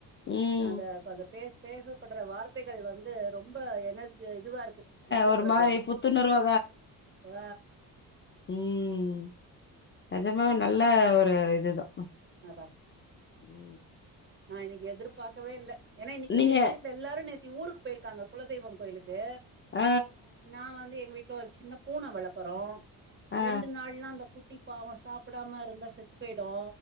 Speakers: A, on the left (about 30°); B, on the right (about 30°).
A: ம்.
B: அந்த அ பே பேசப்படுற வார்த்தைகள் வந்து ரொம்ப எனர்ஜி இதுவா இருக்கு என்ன சொல்றது
A: ஒரு மாரி புத்துணர்வா
B: அ
A: ம்ந நிஜமாவே நல்ல ஒரு இதுதா
B: அதா
A: ஒ
B: நான் இன்னைக்கு எதிர்பார்கவே இல்ல ஏன்னா இன்னைக்கு
A: நீங்க
B: எங்க வீட்ல எல்லாரும் நேத்தி ஊருக்கு போயிருக்காங்க குலதெய்வம் கோயிலுக்கு
A: அ
B: நா வந்து எங்க வீட்டுல ஒரு சின்ன பூனை வளர்க்றோ
A: ஆ ஆ
B: ரெண்டு நாள்ல்லாரஅந்த குட்டி அப்ப அவன் சாப்டாம இருந்தா செத்து போயிடு